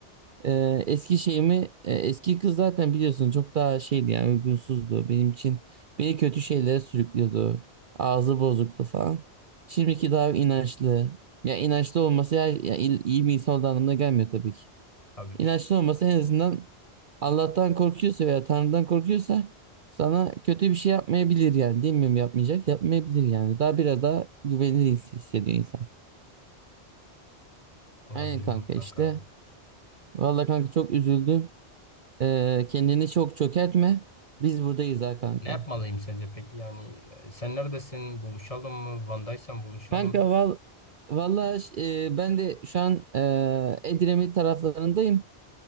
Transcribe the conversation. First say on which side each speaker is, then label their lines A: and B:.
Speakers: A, on the right; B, on the left.
A: E, eski şeyimi e, eski kız zaten biliyorsun çok daha şeydi yani uygunsuzdu benim için. Beni kötü şeylere sürüklüyordu. Ağzı bozuktu falan. Şimdiki daha inançlı. Ya inançlı olması ya, ya il- iyi bir insan olduğu anlamına gelmiyor tabii ki.
B: Tabii
A: İnançlı
B: ki.
A: olması en azından Allah'tan korkuyorsa veya Tanrı'dan korkuyorsa sana kötü bir şey yapmayabilir yani. Demiyorum yapmayacak. Yapmayabilir yani. Daha biraz daha güvenilir his- hissediyor insan.
B: Olabilir
A: Aynen kanka
B: mi kanka
A: işte.
B: ya?
A: Vallahi kanka çok üzüldüm. Ee, kendini çok çökertme. Biz buradayız ha kanka.
B: Ne yapmalıyım sence peki? Yani e, sen neredesin? Buluşalım mı? Van'daysan buluşalım.
A: Kanka val vallahi ş- e, ben de şu an e, Edremit taraflarındayım.